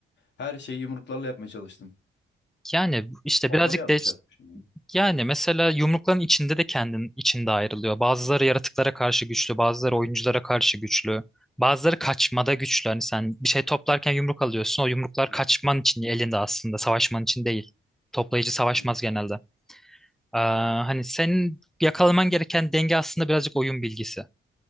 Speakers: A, on the left; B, in the centre.
A: Her şeyi yumruklarla yapmaya çalıştım.
B: yani işte
A: Orada
B: birazcık
A: bir yanlış
B: de
A: yapmışım. yani.
B: yani mesela yumrukların içinde de kendin içinde ayrılıyor. Bazıları yaratıklara karşı güçlü, bazıları oyunculara karşı güçlü. Bazıları kaçmada güçlü. Hani sen bir şey toplarken yumruk alıyorsun. O yumruklar
A: Hı
B: kaçman için elinde aslında, savaşman için değil. Toplayıcı savaşmaz
A: hı.
B: genelde. Ee, hani senin yakalaman gereken denge aslında birazcık oyun bilgisi.